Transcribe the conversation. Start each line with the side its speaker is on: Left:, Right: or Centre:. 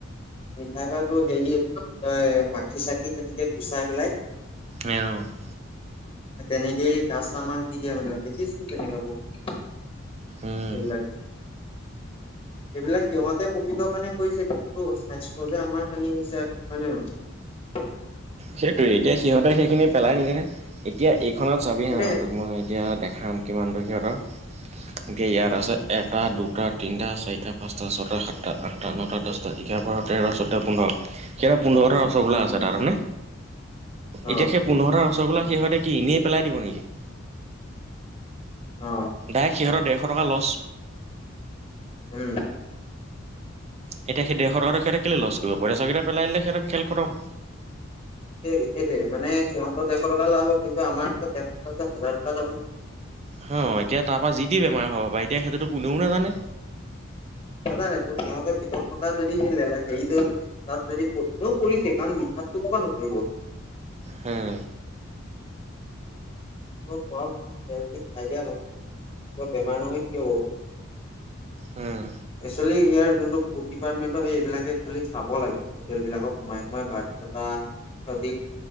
Left: মিঠাই পা তোৰ হেৰি কি কয় মাখি চাখি তেনেকে গুচাই পেলাই
Right: <unintelligible>
Left: তেনেকেই কাষ্টমাৰক দি দিয়া মানে, দেখিছো তেনেকোৱা বহুত।
Right: উম।
Left: সেইবিলাক, সেইবিলাক সিহঁতে প্ৰফিটৰ কাৰণে কৰিছে। কিন্তু স্বাস্থ্য যে আমাৰ হানি হৈছে হয় নে নহয়।
Right: সেইটোৱে এতিয়া সিহঁতে সেইখিনি পেলাই নিদিয়ে নহয়। এতিয়া এইখনত চাবি
Left: সেইটোৱে
Right: হাঁ তোক মই এতিয়া দেখাম কিমানটো সিহঁতৰ ধেই ইয়াত আছে এটা, দুটা, তিনিটা, চাৰিটা, পাঁচটা, ছটা, সাতটা, আঠটা, নটা, দহটা। এঘাৰ, বাৰ, তেৰ, চৈধ্য, পোন্ধৰ, কেইটা পোন্ধৰতা ৰসগোল্লা
Left: উম
Right: আছে তাত হয় নে?
Left: অ
Right: এতিয়া সেই পোন্ধৰটা ৰসগোল্লা সিহঁতে কি এনেই পেলাই দিব নেকি?
Left: অ
Right: ডাইৰেক্ট সিহঁতৰ ডেৰশ টকা লচ।
Left: উম।
Right: এতিয়া সেই ডেৰশ টকাটো সিহঁতে কেলে লচ কৰিব, পইটাচোৰা কেইটা পেলাই দিলে সিহঁতৰ খেল খটম।
Left: সেয়ে সেইটোৱে মানে সিহঁতৰ ডেৰশ টকা লাভ হ'ব কিন্তু আমাৰ আকৌ ডেৰশ টকাত হাজাৰ টকা যাব নহয়।
Right: হা, এতিয়া তাৰ পৰা যি তি বেমাৰ হ'ব পাৰে এতিয়া সেইটোতো কোনেও নেজানে।
Left: নেযানেটো সিহঁতৰ ভিতৰত থকা যদি সেই লেলা হেৰিটো যদি, তাত যদি পৰি এনেও পৰিছেই কাৰণ মিঠাতটো ক'ৰপৰা নপৰিব।
Right: হে,
Left: প‌ইতাচোৰা পৰাও সেয়া যদি খাই দিয়া হয়, ত বেমাৰ নহয় কিয় বাৰু।
Right: উম,।
Left: এক্সুৱেলি ইয়াৰ যোনটো ফুড ডিপাৰ্টমেণ্ট সেইবিলাকে এক্সুৱেলি চাব লাগে। হোটেল বিলাকত সোমাই সোমাই বাধ্যতা সিহঁতি